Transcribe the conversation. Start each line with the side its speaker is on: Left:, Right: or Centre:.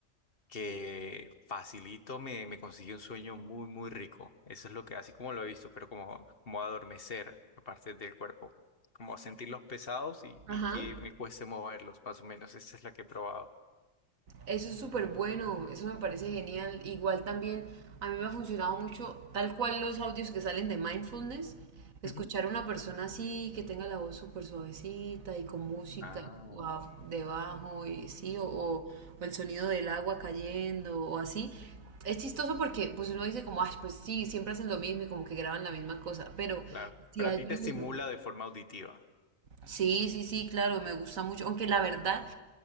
Left: que facilito, me, me consigue un sueño muy, muy rico. Eso es lo que, así como lo he visto, pero como, como adormecer la parte del cuerpo, como sentirlos pesados y, y
Right: Ajá.
Left: que me cueste moverlos, más o menos. Esa es la que he probado.
Right: Eso es súper bueno, eso me parece genial. Igual también a mí me ha funcionado mucho, tal cual los audios que salen de mindfulness, escuchar
Left: Ujú.
Right: a una persona así que tenga la voz súper suavecita y con música
Left: Ah,
Right: a- debajo y sí, o, o- o el sonido del agua cayendo o así. Es chistoso porque pues uno dice como, ay, pues sí, siempre hacen lo mismo y como que graban la misma cosa, pero
Left: claro.
Right: sí
Left: Pero
Right: ayuda.
Left: a ti te estimula de forma auditiva.
Right: Sí, sí, sí, claro, me gusta mucho. Aunque la verdad,